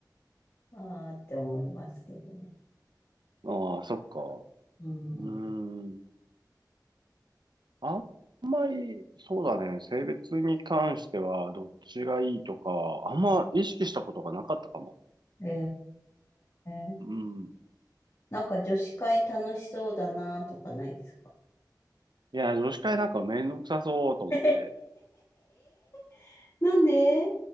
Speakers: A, on the left (about 40°); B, on the right (about 80°).
A: あーって思いますけどね。
B: うん。ああ、そっか。
A: うん。
B: うーん。あんまり、そうだね。性別に関しては、どっちがいいとか、あんま意識したことがなかったかも。
A: えー、
B: うん。い
A: なんか女子会楽しそうだなとかないですか
B: や、女子会なんかめんどくさそうと思って。
A: <laughs> えー、<laughs> なんで